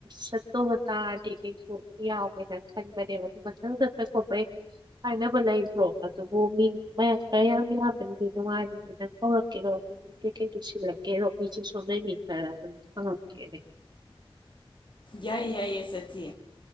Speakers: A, on the right (about 45°); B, on the left (about 55°).
A: ꯆꯠꯇꯧꯕ ꯇꯥꯔꯗꯤ ꯑꯩꯁꯨ ꯌꯥꯎꯒꯦꯅ ꯈꯟꯕꯅꯦ ꯑꯗꯨ ꯃꯊꯪ ꯆꯠꯄ ꯈꯣꯠꯄꯩ ꯍꯥꯏꯅꯕ ꯂꯩꯕ꯭ꯔꯣ <unintelligible>
B: ꯌꯥꯏꯌꯦ ꯌꯥꯏꯌꯦ ꯆꯠꯁꯤ